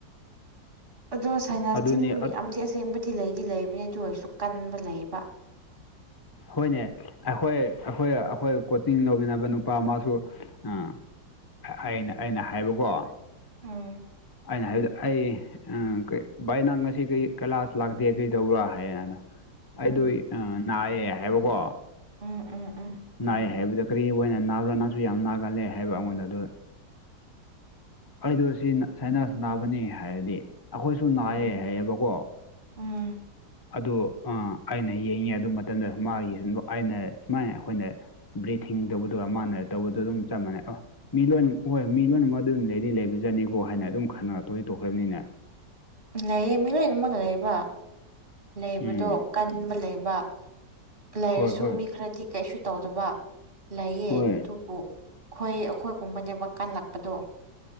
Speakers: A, on the right; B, on the left.
A: ꯑꯗꯣ ꯁꯥꯏꯅꯥꯁꯇ
B: ꯑꯗꯨꯅꯤ
A: ꯃꯤ ꯃꯌꯥꯝꯗꯤ ꯑꯁꯦꯡꯕꯗꯤ ꯁꯤ ꯂꯩꯗꯤ ꯂꯩꯕꯅꯤ ꯑꯗꯨ ꯑꯣꯏꯔꯁꯨ ꯀꯟꯕ ꯂꯩꯌꯦꯕ
B: ꯍꯣꯏꯅꯦ ꯑꯩꯈꯣꯏ ꯑꯩꯈꯣꯏ ꯑꯩꯈꯣꯏ ꯀꯣꯆꯤꯡ ꯂꯧꯃꯤꯟꯅꯕ ꯅꯨꯄꯥ ꯃꯥꯁꯨ ꯑꯥ ꯑꯩꯅ ꯑꯩꯅ ꯍꯥꯏꯕꯀꯣ
A: ꯎꯝ
B: ꯑꯩꯅ ꯍꯥꯏꯕꯗ ꯑꯩ ꯀ ꯚꯥꯏ ꯅꯪ ꯉꯁꯤ ꯀꯔꯤ ꯀꯩꯂꯥꯁ ꯂꯥꯛꯇꯦ ꯀꯔꯤ ꯇꯧꯕ꯭ꯔꯥ ꯍꯥꯏꯗ ꯑꯩꯗ
A: ꯎꯝ
B: ꯅꯥꯌꯦꯦ ꯍꯥꯏꯕꯀꯣ
A: ꯎꯝ ꯎꯝ ꯎꯝ
B: ꯅꯥꯏ ꯍꯥꯏꯕꯗ ꯀꯔꯤ ꯑꯣꯏꯅ ꯅꯥꯕ꯭ꯔꯥ ꯅꯥꯁꯨ ꯌꯥꯝ ꯅꯥꯒꯜꯂꯦ ꯍꯥꯏꯕ ꯑꯩꯉꯣꯟꯗ ꯑꯗꯨ ꯍꯥꯏꯗꯣ ꯑꯁꯤꯅ ꯁꯥꯏꯅꯥꯁ ꯅꯥꯕꯅꯤ ꯍꯥꯏꯔꯗꯤ ꯑꯩꯈꯣꯏꯁꯨ
A: ꯎꯝ
B: ꯅꯥꯌꯦꯦ
A: ꯎꯝ
B: ꯍꯥꯏꯌꯦꯕꯀꯣ
A: ꯎꯝ
B: ꯑꯗꯨ ꯑꯩꯅ ꯌꯦꯡꯉꯤ ꯑꯗꯨ ꯃꯇꯝꯗ ꯃꯥꯒꯤ ꯁ ꯑꯩꯅ ꯁꯨꯃꯥꯏꯅ ꯑꯩꯈꯣꯏꯅ ꯕ꯭ꯔꯤꯊꯤꯡ ꯇꯧꯕꯗꯨꯒ ꯃꯥꯟꯅ ꯇꯧꯕꯗꯨꯣ ꯑꯗꯨꯝ ꯆꯞ ꯃꯥꯟꯩ ꯃꯤ ꯂꯣꯏꯅꯃꯛ ꯍꯣꯏ ꯃꯤ ꯂꯣꯏꯅꯃꯛ ꯑꯗꯨꯝ ꯂꯩꯗꯤ ꯂꯩꯕꯖꯥꯅꯤꯀꯣ ꯍꯥꯏꯅ ꯑꯗꯨꯝ ꯈꯟꯅꯔꯛꯇꯣꯏꯗꯤ ꯇꯧꯈ꯭ꯔꯕꯅꯤꯅꯦ
A: ꯂꯩꯌꯦ ꯃꯤ ꯂꯣꯏꯅꯃꯛ ꯂꯩꯕ ꯂꯩꯕꯗꯣ
B: ꯎꯝ
A: ꯀꯟꯕ ꯂꯩꯕ ꯂꯩꯔꯁꯨ
B: ꯍꯣꯏ ꯍꯣꯏ
A: ꯃꯤ ꯈꯔꯗꯤ ꯀꯩꯁꯨ ꯇꯧꯗꯕ ꯂꯩꯌꯦ
B: ꯍꯣꯏ
A: ꯑꯗꯨ ꯑꯣ ꯈꯣꯏ ꯑꯈꯣꯏꯒꯨꯝꯕꯅꯦꯕ ꯀꯜꯂꯛꯄꯗꯣ